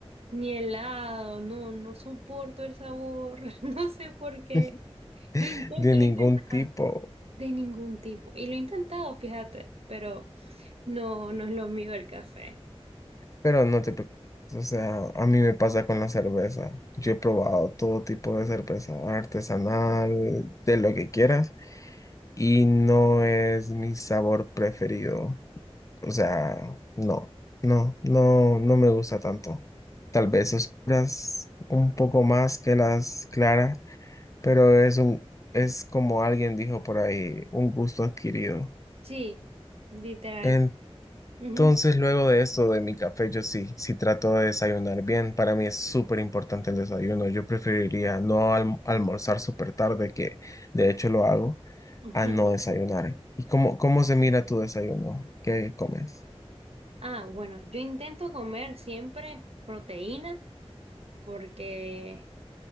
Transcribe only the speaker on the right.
ni helado, no, no soporto el sabor, <laughs> no sé por qué.
Lo intento,
lo he intentado
de ningún tipo. Y lo he intentado, fíjate, pero no, no es lo mío el café.
Sí, literal.
Ujú,
<laughs> ujú.
Ah, bueno, yo intento comer siempre proteína porque,